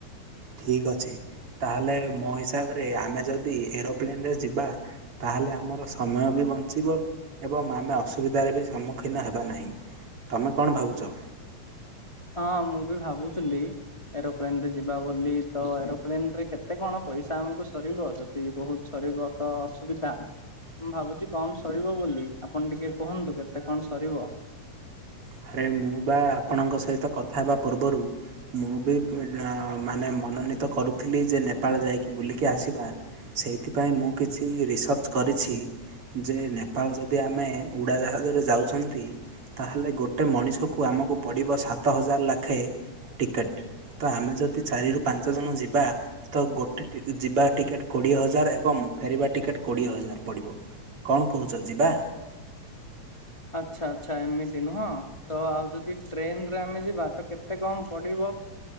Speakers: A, on the right (about 50°); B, on the left (about 20°).
A: ଠିକ୍ ଅଛି। ତାହେଲେ ମୋ ହିସାବରେ ଆମେ ଯଦି ଏରୋପ୍ଲେନରେ ଯିବା ତାହେଲେ ଆମର ସମୟ ବି ବଞ୍ଚିବ ଏବଂ ଆମେ ଅସୁବିଧାରେ ବି ସମ୍ମୁଖୀନ ହେବା ନାହିଁ। ତମେ କଣ ଭାବୁଛ?
B: ହଁ ମୁଁ ବି ଭାବୁଥିଲି ଏରୋପ୍ଲେନ୍ ରେ ଯିବା ବୋଲି ତ ଏରୋପ୍ଲେନ୍ ରେ କେତେ କଣ ପଇସା ଆମକୁ ସରିବ? ଯଦି ବହୁତ ସରିବ ତ ଅସୁବିଧା। ମୁଁ ଭାବୁଛି କମ୍ ସରିବ ବୋଲି ଆପଣ ଟିକେ କୁହନ୍ତୁ କେତେ କଣ ସରିବ?
A: ଆରେ ମୁଁ ବା ଆପଣଙ୍କ ସହିତ କଥା ହେବା ପୂର୍ବରୁ ମୁଁ ବି ମାନେ ମନୋନୀତ କରୁଥିଲି ଯେ ନେପାଳ ଯାଇକି ବୁଲିକି ଆସିବା ସେଇ ଏଥିପାଇଁ ମୁଁ କିଛି ରିସର୍ଚ୍ଚ କରିଛି ଯେ ନେ ପାଳ ଯଦି ଆମେ ଉଡ଼ାଜାହାଜରେ ଯାଉଛନ୍ତି ତାହେଲେ ଗୋ ଟେ ମଣିଷକୁ ଆମକୁ ପଡ଼ିବ ସାତ ହଜାର ଲାଖେ ଟିକେଟ୍। ତ ଆମେ ଯଦି ଚାରିରୁ ପାଞ୍ଚ ଜଣ ଯିବା ତ ଗୋଟେ ଟି ଯିବା ଟିକେଟ୍ କୋଡିଏ ହଜାର ଏବଂ ଫେରିବା ଟିକେଟ୍ କୋଡିଏ ହଜାର ପଡିବ। କଣ କହୁଚ ଯିବା?
B: ଆଚ୍ଛା, ଆଚ୍ଛା, ଏମିତିି ନୁହଁ। ତ ଆଉ ଯଦି ଟ୍ରେନ୍ ରେ ଆମେ ଯିବା ତ କେତେ କମ୍ ପଡିବ?